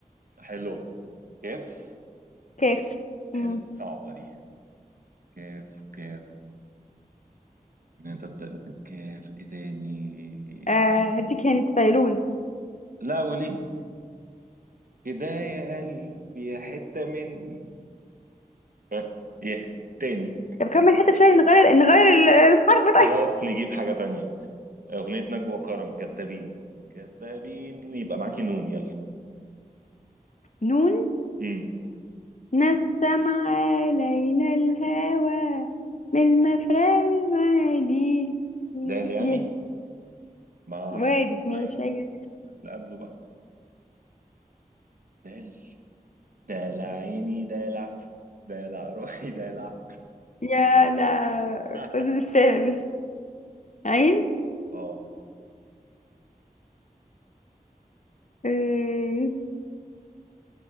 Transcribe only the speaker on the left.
كاف مم.
آه، هديك هنت فيروز
طب كمل حتى شوية نغير نغير ال- الحرف طيب
نون
نسم علينا الهوى من مفرق المعادي
يه
وارد
ماشي
أيوة.
يا لا
خذ بالسهل عين
آه،